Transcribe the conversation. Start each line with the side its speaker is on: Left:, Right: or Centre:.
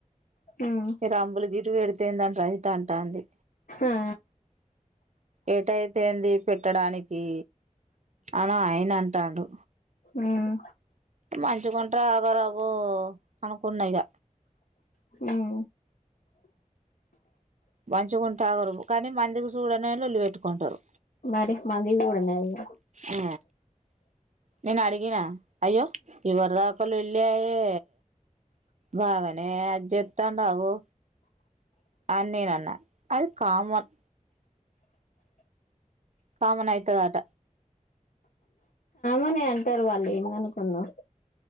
Left: ఉమ్
Right: రంబులు గిటు వెడితేందని రహిత అంటాంది
Left: ఆ
Right: ఏటైతేంది పెట్టడానికి అనో ఆయినంటండు
Left: ఉమ్
Right: మంచిగుంటే ఆగరవ్వో అనుకున్నా ఇగ
Left: ఉమ్
Right: మంచిగుంటె ఆగరు కాని మందికి చూడనే లొల్లి పెట్టుకుంటరు
Left: మరి మందికి చూడనే అది ఇగ
Right: ఆ నేను అడిగినా అయ్యో ఇవార్దాక లొల్లే ఆయే బాగనే ఆజ్జేతండవ్వో అన్నేనన్న అది కామన్ కామన్ అయితదట
Left: టనే అంటారు వాళ్ళుఎందనుకున్నావ్